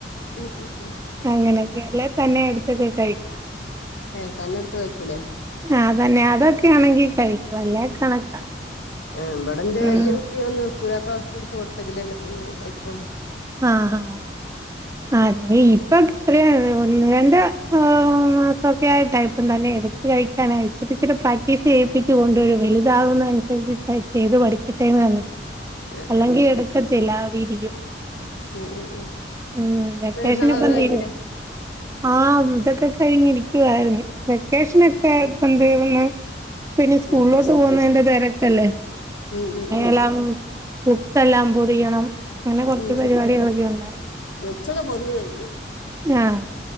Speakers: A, on the left; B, on the right.
A: ഓ ഓ ഉം
B: അങ്ങനെയൊക്കെ അല്ലേ തന്നെ എ ടുത്തച്ച് കഴിക്കും.
A: ഏ് തന്നെടുത്ത് കഴിക്കൂലേ?
B: ആഹ് അതന്നെ അതൊക്കൊ ആണെങ്കി കഴിക്കും അല്ലേ കണക്കാ
A: ആഹ് ഇബടെന്റെ
B: ഉം
A: വെല്ല്യേ കുട്ടി ഒന്നും നിക്കൂല ഒക്കെ ഔട്ന്ന് ഇട്ത്ത് കൊടുത്തെങ്കില്ലേ തിന്നോളൂ കഴിക്കൊള്ളൂ.
B: ആഹ് ആഹ് <unintelligible> <unintelligible> ഒന്ന് രണ്ട് മാസം ഒക്കെ ആയിട്ടാ ട്ടയ്പ്പം തന്നെ ഏയ്ര് കഴിക്കാനായി ഇച്ചിരി ഇച്ചിരി പ്രാക്ടീസ് ചെയ്യിപ്പിച്ച് കൊണ്ടു വെരും വലുതാവുന്നതനുസരിച്ച് ചെയ്ത് പഠിക്കട്ടെന്ന് പർഞ്ട്ട്
A: ആഹ്
B: അല്ലെങ്കി
A: ആഹ് ആഹ്
B: എടുക്കത്തില്ല അവിടെ ഇരിക്കും
A: ഉം ഉം ഉം
B: ഉം വെക്കേഷൻ
A: പെര്ന്നാളൊക്കെ
B: ഇപ്പം
A: കഴിഞ്ഞിലെ?
B: തീരും ആഹ് ഇതൊക്കെ കഴിഞ്ഞിരിക്കുവായിരുന്നു വെക്കേഷനൊക്കെ
A: ഉം
B: ആയപ്പോ എന്ത് ഒന്ന് പിന്നെ സ്കൂൾളൊട്ട്
A: വെക്കേഷൻ
B: പോവുന്നതിന്റെ തെരക്കല്ലേ
A: ഉം ഉം ഉം
B: എല്ലാം ബുക്കെല്ലാം പൊതിയണം ങ്ങനെ പരിപാടികളൊക്കെ
A: ഉം
B: ഉണ്ട്
A: ബുക്സൊക്കെ പൊതിഞ്ഞ് കഴിഞ്ഞു
B: ആഹ്